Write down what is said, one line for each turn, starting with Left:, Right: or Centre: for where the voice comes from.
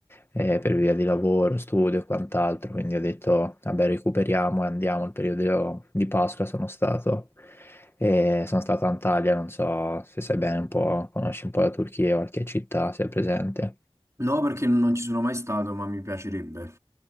Left: eh, per via di lavoro, studio e quant'altro, quindi ho detto, vabbè, recuperiamo e andiamo, il periodo di Pasqua sono stato. E sono stato a Antalya, non so se sai bene un po', conosci un po' la Turchia, qualche città, se è presente.
Right: No, perché non ci sono mai stato, ma mi piacerebbe.